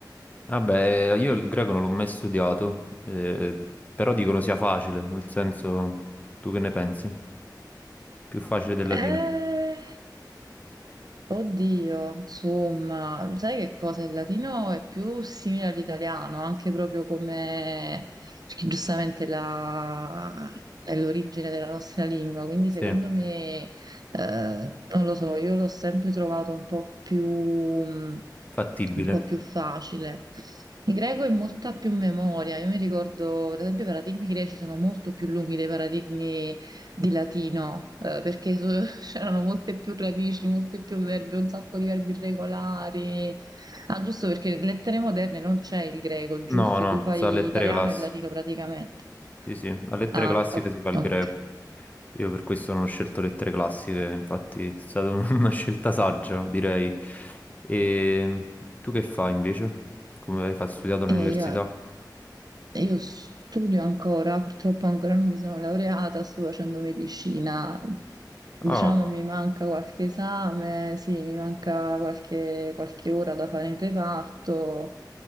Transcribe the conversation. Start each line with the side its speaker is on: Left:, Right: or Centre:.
Left: Vabbè, io il greco non l'ho mai studiato, eh, però dicono sia facile, nel senso, tu che ne pensi? Più facile del latino.
Right: Eh, Oddio, insomma, sai che cosa? Il latino è più simile all'italiano, anche proprio come, perché giustamente la- è l'origine della nostra lingua, quindi
Left: Sì,
Right: secondo me, eh, non lo so, io l'ho sempre trovato un po' più, mm,
Left: fattibile.
Right: un po' più facile. In greco è molta più memoria, io mi ricordo, per esempio, i paradigmi greci sono molto più lunghi dei paradigmi di latino, eh, perché so- C'erano molte più radici, molte più verbi, un sacco di verbi irregolari. Ah, giusto perché lettere moderne non c'è il greco, giusto?
Left: No, no,
Right: Tu fai
Left: sa lettere
Right: italiano
Left: classiche.
Right: e latino praticamente.
Left: Sì, sì, a lettere
Right: Ah,
Left: classiche
Right: ok.
Left: si fa il
Right: ok.
Left: greco. Io per questo non ho scelto lettere classiche, infatti è stata un- <laughs> una scelta saggia, direi. E tu che fai invece? Come hai fatto studiato all'università?
Right: E io- Io studio ancora, purtroppo ancora non mi sono laureata, sto facendo medicina. Diciamo
Left: Ah.
Right: mi manca qualche esame, sì, mi manca qualche, qualche ora da fare in reparto